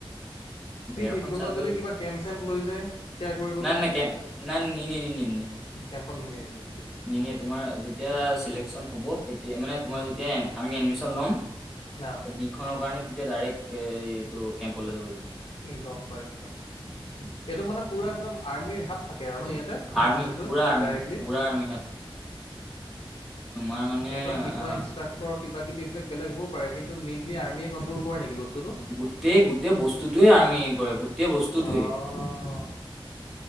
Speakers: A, on the left; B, in the centre.
A: কি
B: বেৰখন
A: ঠিক তহনতক
B: চাই পেলাই
A: যদি কিবা কেম্প-চেম্প লৈ যায়। সেয়া কৰিবলৈ
B: নাই নাই কে নাই নিনিয়ে নিনিয়ে নিনিয়ে।
A: কেম্পত নিনিয়ে নেকি?
B: নিনিয়ে তোমাৰ যেতিয়া চিলেকশন হ'ব, মানে তোমাৰ
A: উম
B: যেতিয়া আমি এডমিশন ল'ম শিক্ষণৰ
A: অ
B: কাৰণে তেতিয়া ডাইৰেক্ট এই এইটো কেম্পলৈ যাব লাগিব।
A: গম পাইছো। এইটো মানে পুৰা একদম আৰ্মিৰ হাত থাকে আৰু ন ইয়াতে,
B: আৰ্মি
A: এন চি চিটো
B: পুৰা আৰ্মি
A: ডাইৰেক্টলি।
B: পুৰা আৰ্মি হাত তোমাৰ মানে
A: এহঁৰ শিকোৱা
B: আহ
A: ইনষ্ট্ৰাক্টৰ কিবা কিব এইবিলাক বেলেগ হ'ব পাৰে। কিন্তু মেইনলি আৰ্মমে কনট্ৰল কৰে নেকি বস্তুটো?
B: গোটেই গোটেই বস্তুটোৱেই আমি সেই কৰে গোটেই বস্তুটোৱেই।
A: অ'